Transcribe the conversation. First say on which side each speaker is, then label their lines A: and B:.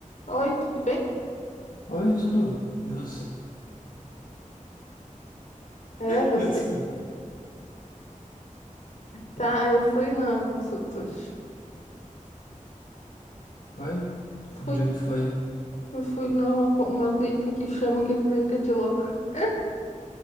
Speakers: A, on the left (about 65°); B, on the left (about 80°).
A: Oi, tudo bem?
B: Oi, tudo? E você?
A: É,
B: <laughs>
A: você.
B: Desculpa.
A: Tá, eu fui na consulta hoje.
B: Foi?
A: Fui.
B: Onde é que tu foi?
A: Eu fui numa co- uma clínica que chamam que é clínica de louco. <laughs>